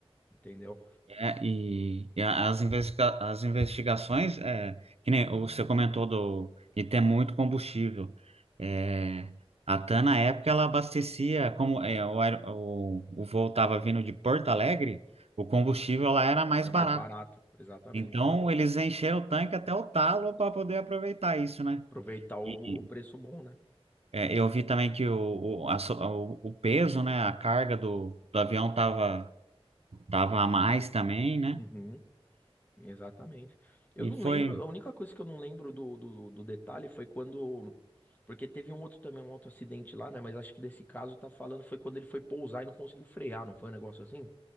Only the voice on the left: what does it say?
entendeu?
Era
mais barato, exatamente.
Aproveitar o,
o preço bom, né?
Uhum. Exatamente. Eu
não lembro,
a única coisa que eu não lembro do, do, do detalhe foi quando. Porque teve um outro também, um outro acidente lá, né? Mas acho que desse caso tá falando foi quando ele foi pousar e não conseguiu frear, não foi um negócio assim?